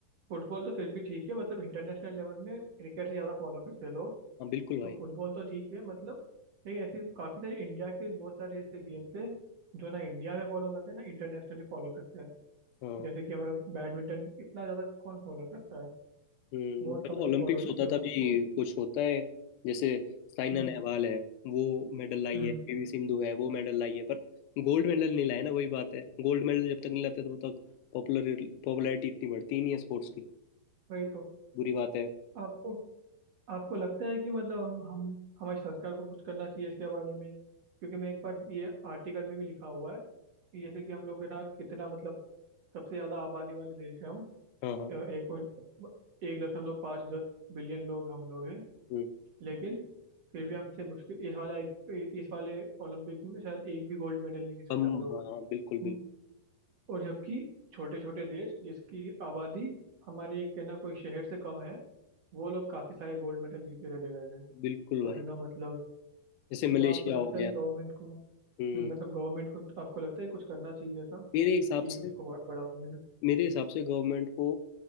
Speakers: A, on the right; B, on the left.
A: फुटबॉल तो फिर भी ठीक है मतलब इंटरनेशनल लेवल में क्रिकेट से ज़्यादा फॉलो करते हैं लोग
B: हाँ बिल्कुल भाई
A: तो फुटबॉल तो ठीक है मतलब लेकिन ऐसे काफ़ी सारे इंडिया के बहुत सारे ऐसे गेम्स हैं जो ना इंडिया में फॉलो करते हैं ना इंटरनेशनली फॉलो करते हैं
B: हाँ
A: जैसे कि हमारा बैडमिंटन इतना ज़्यादा कौन फॉलो करता है
B: हम्म,
A: बहुत कम
B: जब
A: लोग
B: ओलंपिक्स
A: फॉलो करते
B: होता
A: हैं उसको
B: था भी कुछ होता है जैसे साइना
A: हम्म
B: नेहवाल है वो मेडल लाई
A: हम्म
B: है पीवी सिंधु है वो मेडल लाई है पर गोल्ड मेडल नहीं लाया ना वही बात है गोल्ड मेडल जब तक नहीं लाते तब तक पॉपुलर पॉपुलैरिटी इतनी बढ़ती ही नहीं है स्पोर्ट्स की
A: वही तो
B: बुरी बात है
A: आपको आपको लगता है कि मतलब हम हम हमारी सरकार को कुछ करना चाहिए इसके बारे में क्योंकि मैं एक बार ये आर्टिकल में भी लिखा हुआ है कि जैसे कि हम लोग है ना कितना मतलब सबसे ज्यादा आबादी वाले देश हैं हम
B: हाँ हाँ
A: एक पॉइंट एक दशमलव पाँच दस बिलियन लोग हम लोग हैं
B: हम्म,
A: लेकिन फिर भी हमसे मुश्किल इस वाले आई- इस वाले ओलंपिक में शायद एक भी गोल्ड मेडल नहीं जीते
B: हम
A: थे हम लोग
B: हाँ हाँ बिल्कुल
A: हम्म।
B: बिल्कुल
A: और जबकि छोटे छोटे देश जिसकी आबादी हमारे एक है ना कोई शहर से कम है वो लोग काफी सारे गोल्ड मेडल जीत के चले गए थे
B: बिल्कुल भाई
A: और है ना मतलब
B: जैसे मलेशिया
A: मतलब आपको लगता
B: हो गया
A: है कि गवर्नमेंट को हम्म,
B: हम्म
A: मतलब गवर्नमेंट को तो, आपको लगता है कुछ करना चाहिए ऐसा
B: मेरे हिसाब
A: कि
B: से
A: उसको बढ़- बढ़ावा मिले
B: मेरे हिसाब से गवर्नमेंट को